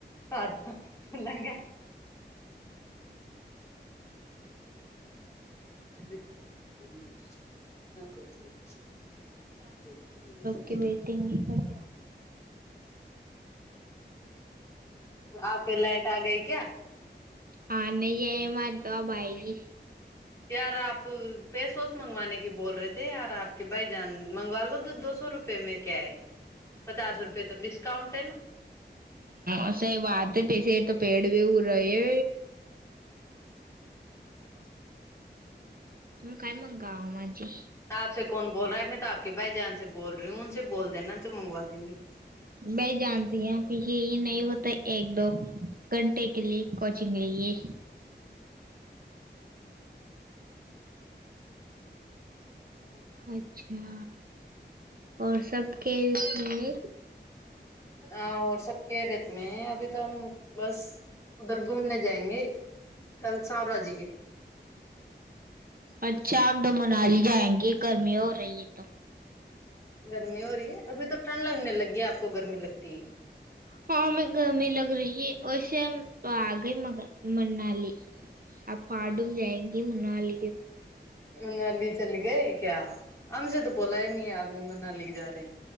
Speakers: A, on the left; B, on the right.
A: پد سنا <inaudible> کر
B: کی ویٹنگ بھی کر
A: آپ کے لائٹ آ گئی کیا
B: ہاں نہیں آئے ہماری تو اب آئے گی
A: یار آپ پیسوس منگوانے کی بول رہے تھے یار آپ کے بھائی جان منگوا لو تو دو سو روپے میں کیا ہے پچاس روپے تو ڈسکاؤنٹ ہے نا
B: اسا یہ بات ہے پیسے تو پیڑ بھی وہ رہے کئی مگا مجی
A: آپ سے کون بول رہا ہے میں توپ کے بھائی جان سے بول رہی ہوں ان سے بول دینا جو منگوا دیں گی
B: بھائی جانتی ہیں نہیں ہوتا ایک دو گھنٹے کے لیے کوچنگ لیے
A: جییک
B: اچھا اور سب کے اس میں
A: اور سب کہ ریت میں ابھی تو ہم بس ادھر گھومنے جائیں گے کل سور راجی کے
B: اچھا ہم تو منالی جائیں گے گرمی ہو رہی ہے تو
A: گرمی ہو رہی ہے ابھی تو ٹھنڈ لگنے لگ گی ہے آپ کو گرمی لگتی ہے کیا
B: ہاں میں گرمی لگ رہی اے آگ ہی منالی آپ پارڈوم جائیں گے <inaudible>
A: انالی چل گئے کیا ہمپج سے تو بولا ہی نہیں ہے آپ نے مناالی کے جا رہے ہیں